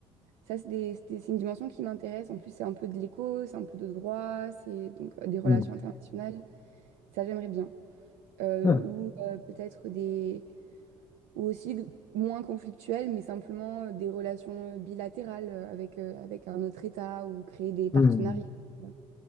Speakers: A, on the right; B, on the left.
A: Ça, c'est des- c'est des- c'est une dimension qui m'intéresse. En plus, c'est un peu de l'éco, c'est un peu de droit, c'est donc euh, des relations
B: Hmm.
A: internationales. Ça, j'aimerais bien. euh,
B: Ah.
A: ou euh, peut-être des ou aussi g- moins conflictuelles mais simplement euh, des relations euh, bilatérales euh, avec euh, avec un autre État ou créer des partenariats
B: Hmm.
A: euh,